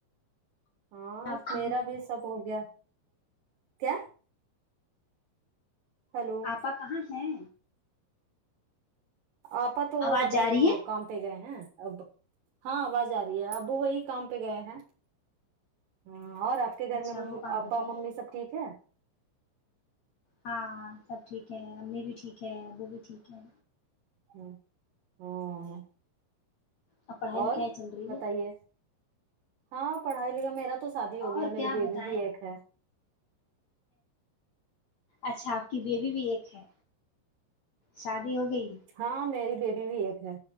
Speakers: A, on the right; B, on the left.
A: ہاں
B: آپ کی
A: میرا بھی سب ہو گیا کیا ہیلو
B: آپا کہاں ہیں
A: آپا تو وہ
B: آواز
A: ابھی
B: جا
A: وہ
B: رہی ہے
A: کام پہ گئے ہیں اب ہاں آواز آ ابو وہی کام پہ گئے ہیں ہ اور آپ کے گھر
B: اچھا
A: مم
B: ابو کام
A: ابا
B: پہ گئے
A: ممی سب ٹھیک ہے
B: ہاں سب ٹھیک ہے امی بھی ٹھیک ہے ابو بھی ٹھیک ہے
A: ہوں
B: اب پڑھائی
A: اور
B: لکھائی چل رہی
A: بتائیے
B: ہے
A: ہاں پڑھائی لی میرا تو سادی ہو
B: اور
A: گیا
B: کیا
A: میری بیبی
B: بتائیں
A: بھی ایک ہے
B: اچھا آپ کی بیبی بھی ایک ہے شادی ہو گئی
A: ہاں میری بیبی بھی ایک ہے